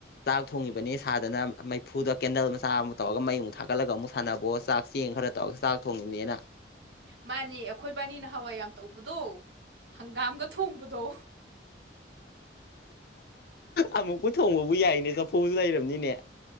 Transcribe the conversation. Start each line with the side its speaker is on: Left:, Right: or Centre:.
Left: ꯆꯥꯛ ꯊꯣꯡꯉꯤꯕꯅꯤ ꯁꯥꯗꯅ ꯃꯩꯐꯨꯗ ꯀꯦꯟꯗꯜ ꯃꯆꯥ ꯑꯃ ꯇꯧꯔꯒ ꯃꯩꯃꯨꯛ ꯊꯥꯒꯠꯂꯒ ꯑꯃꯨꯛ ꯁꯥꯟꯅꯕꯣ ꯆꯥꯛ ꯆꯦꯡ ꯈꯔ ꯇꯧꯗꯅ ꯆꯥꯛ ꯊꯣꯡꯉꯤꯅꯤꯅ
Right: ꯃꯥꯅꯦ ꯑꯩꯈꯣꯏ ꯏꯕꯥꯅꯤꯅ ꯅꯍꯥꯜꯋꯥꯏ ꯌꯥꯝ ꯇꯧꯕꯗꯣ ꯍꯪꯒꯥꯝꯒ ꯊꯣꯡꯕꯗꯣ
Left: ꯑꯃꯨꯛꯀ ꯊꯣꯡꯕꯕꯨ ꯌꯥꯏꯅꯦ ꯆꯐꯨꯁꯨ ꯂꯩꯔꯝꯅꯤꯅꯦ